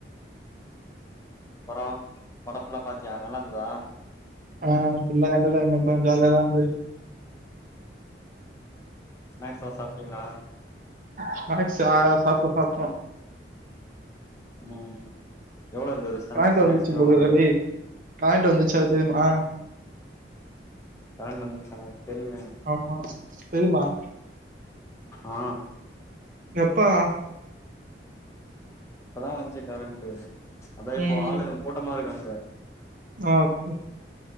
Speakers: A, on the left; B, on the right.
A: அப்றோ படோ ஃபுல்லா பாத்தியா நல்லா இந்துதா
B: ஆ ஃபுல்லா <unintelligible> ஜாலியாதா இருந்து
A: ஸ்நாக்ஸ்லா சாப்டீங்ளா
B: ஸ்நாக்ஸா சாப்ணோ சாப்ணோ
A: ம் எவ்ளோ இருந்தது ஸ்நா
B: பேன்ட்டூ
A: ஸ்நாக்ஸ்
B: வந்துச்சு
A: எவ்ளோ
B: போலருக்
A: அங்க
B: டேய் பேன்ட்டூ வந்துச்சா தெரிமா
A: பேண்ட் வந்துச்சா தெரியுமே
B: ஆமா பெரிம்மா
A: ஆ
B: எப்பா
A: இப்பதா வச்சி கரண்ட்டு அதா இப்போ
B: ம்.
A: ஆளு கூட்டமா இருக் அங்க
B: ஆ ஓகே